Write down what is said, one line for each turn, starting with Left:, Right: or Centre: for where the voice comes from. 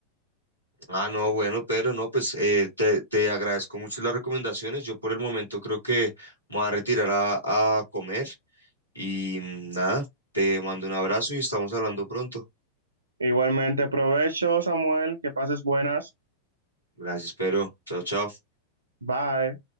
Left: Ah, no, bueno, Pedro no, pues eh, te, te agradezco mucho las recomendaciones. Yo por el momento creo que me voy a retirar a, a comer. Y mm, nada, te mando un abrazo y estamos hablando pronto.
Right: Igualmente, provecho, Samuel, que pases buenas.
Left: Gracias, Pedro. Chao, chao.
Right: Bye.